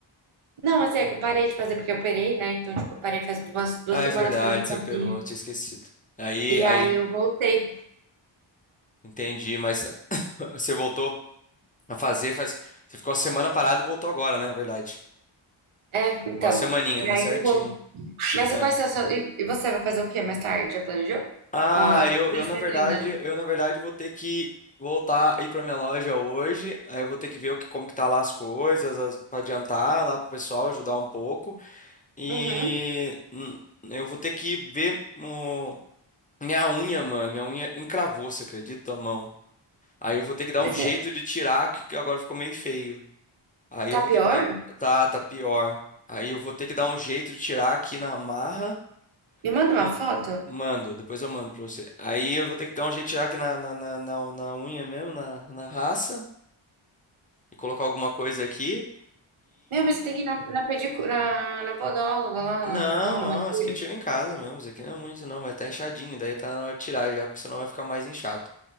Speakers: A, on the right; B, on the left.
A: Não, assim, é que eu parei de fazer porque eu operei, né? Então, tipo, eu parei faz duas, duas
B: Ah,
A: semanas
B: é verdade,
A: que eu não
B: você
A: fazia.
B: operou, eu tinha esquecido. Aí,
A: E
B: aí,
A: aí eu voltei.
B: entendi, mas <laughs> você voltou a fazer, faz. Você ficou uma semana parada e voltou agora, né? É verdade.
A: É, então.
B: Ficou uma semaninha,
A: E
B: né?
A: aí
B: Certinho.
A: eu vou. Mas e
B: É.
A: quais são os seus... E e você vai fazer o quê mais tarde? Já planejou?
B: Ah,
A: Ou não?
B: eu, eu
A: Não
B: na
A: fez
B: verdade,
A: ainda, né?
B: eu na verdade vou ter que voltar ir pra minha loja hoje. Aí eu vou ter que ver o que, como que tá lá as coisas, as, pra adiantar lá pro pessoal, ajudar um pouco. E
A: Uhum.
B: hum, eu vou ter que ver hum, minha unha, mano. Minha unha encravou, você acredita, a mão? Aí eu vou ter que dar
A: Pois
B: um jeito
A: é.
B: de tirar, que que agora ficou meio feio. Aí
A: Tá
B: eu vou
A: pior?
B: ter que dar. Tá, tá pior. Aí eu vou ter que dar um jeito de tirar aqui na marra.
A: Me manda uma
B: E
A: foto.
B: mando, depois eu mando pra você. Aí eu vou ter que dar um jeito de tirar aqui na, na, na, na, na unha mesmo, na, na raça. E colocar alguma coisa aqui.
A: Meu, mas você tem que ir na, na pedicura, na, na podóloga lá,
B: Não,
A: na mão,
B: não,
A: manicure.
B: esse aqui eu tiro em casa mesmo. Esse aqui não é muito, não, mas tá inchadinho. Daí tá na hora de tirar já, porque senão vai ficar mais inchado.